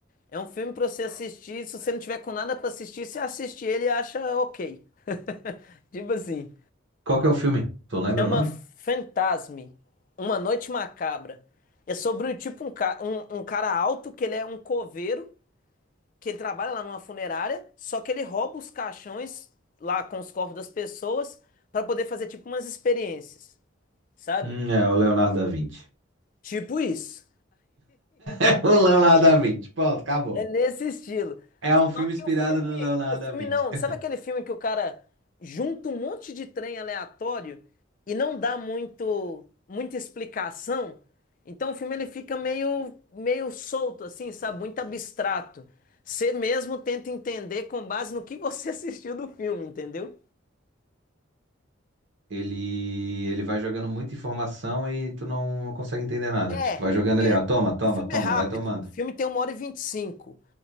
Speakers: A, on the left; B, on the right.
A: É um filme pra você assistir. Se você não tiver com nada pra assistir, você assiste ele e acha ok. <laughs> Tipo assim.
B: Qual que é o filme? Tu lembra
A: Chama
B: o nome?
A: Fantasme, Uma Noite Macabra. É sobre tipo um, ca- um, um cara alto que ele é um coveiro que ele trabalha lá numa funerária, só que ele rouba os caixões lá com os corpos das pessoas para poder fazer tipo umas experiências, sabe?
B: Hum, é o Leonardo da Vinci. <laughs>
A: Tipo isso.
B: É O Leonardo da Vinci. Pronto, acabou.
A: É nesse estilo.
B: É um filme
A: Só que
B: inspirado
A: o filme,
B: no Leonardo
A: o filme
B: da Vinci.
A: não,
B: <laughs>
A: sabe aquele filme que o cara junta um monte de trem aleatório e não dá muito muita explicação? Então o filme ele fica meio meio solto assim, sabe? Muito abstrato. Você mesmo tenta entender com base no que você <laughs> assistiu do filme, entendeu?
B: Ele, ele vai jogando muita informação e tu não, não consegue entender nada.
A: É,
B: Tipo, vai jogando
A: porque
B: ali, ó, toma, toma,
A: o filme
B: toma,
A: é rápido.
B: vai tomando.
A: O filme tem uma hora e 25.